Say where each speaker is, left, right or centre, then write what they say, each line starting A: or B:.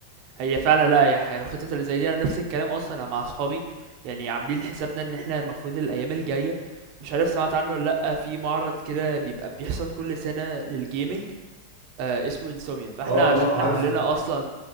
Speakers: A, on the right; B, on the right.
A: هي فعلا لا هي الخطط اللي زي دي انا نفس الكلام اصلا مع اصحابي يعني عاملين حسابنا ان احنا المفروض الايام الجايه مش عارف سمعت عنه ولا لا في معرض كده بيبقى بيحصل كل سنه للجيمنج آه اسمه انسوميا فاحنا
B: اه اه
A: عشان احنا
B: عارفه
A: كلنا اصلا